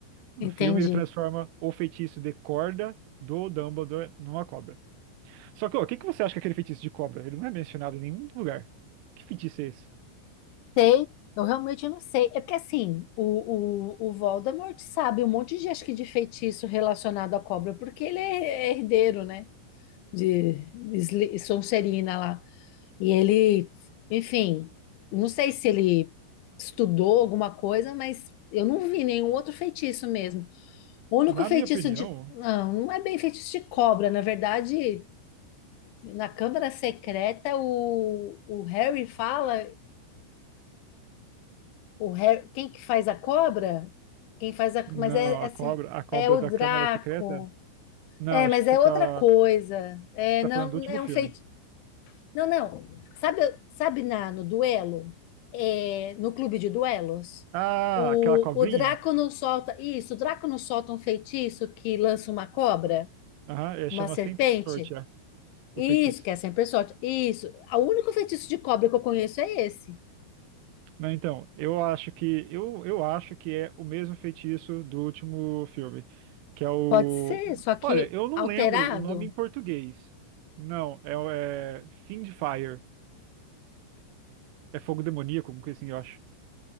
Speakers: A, on the right; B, on the left.
A: No
B: entendi.
A: filme, ele transforma o feitiço de corda do Dumbledore numa cobra. Só que, ó, o que que você acha que é aquele feitiço de cobra? Ele não é mencionado em nenhum lugar. Que feitiço é esse?
B: Sei, eu realmente não sei. É porque assim, o, o, o Voldemort sabe um monte de, acho que de feitiço relacionado à cobra, porque ele é herdeiro, né? De, de Sli- Sonserina lá. E ele, enfim, não sei se ele estudou alguma coisa, mas eu não vi nenhum outro feitiço mesmo. O único
A: Na
B: feitiço
A: minha opinião,
B: de. Não, não é bem feitiço de cobra. Na verdade, na Câmara Secreta, o, o Harry fala. O Harry, quem que faz a cobra? Quem faz a.
A: não,
B: Mas é, é,
A: a cobra,
B: cer-
A: a cobra
B: é o
A: da
B: Draco.
A: Câmara Secreta? Não,
B: É,
A: acho
B: mas
A: que
B: é
A: você tá,
B: outra coisa. É,
A: você tá
B: não,
A: falando do último
B: é
A: filme.
B: um feitiço. Não, não. Sabe, sabe na, no duelo? É, no clube de duelos?
A: Ah,
B: O,
A: aquela cobrinha?
B: o Draco não solta. Isso, o Draco não solta um feitiço que lança uma cobra,
A: Aham, é,
B: uma
A: chama
B: serpente.
A: Sem por Sorte, é,
B: Isso,
A: o feitiço.
B: que é sempre sorte. Isso. O único feitiço de cobra que eu conheço é esse.
A: Não, então, eu acho que eu, eu acho que é o mesmo feitiço do último filme, que é o.
B: Pode ser, só que
A: Olha, eu não
B: alterado.
A: lembro o nome em português. Não, é, o- é Fiend Fire, é fogo demoníaco, alguma coisa assim, eu acho.